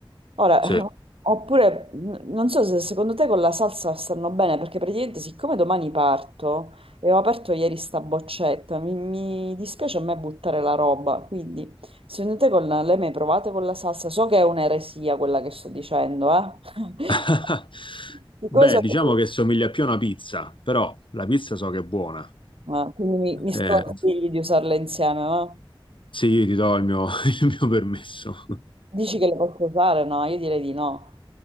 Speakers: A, on the right; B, on the left.
A: Ora,
B: Sì.
A: oppure, n- non so se secondo te con la salsa stanno bene, perché praticamente siccome domani parto e ho aperto ieri sta boccetta, mi, mi dispiace a me buttare la roba, quindi secondo te con la- le mai provate con la salsa? So che è un'eresia quella che sto dicendo, eh?
B: <laughs>
A: <laughs> Siccome
B: Beh,
A: so-
B: diciamo che somiglia più a una pizza, però la pizza so che è buona.
A: ma quindi mi, mi sconsigli
B: Eh,
A: di usarle insieme, ma
B: sì, io ti do il mio <laughs> il mio permesso.
A: dici che le posso usare? No, io direi di no.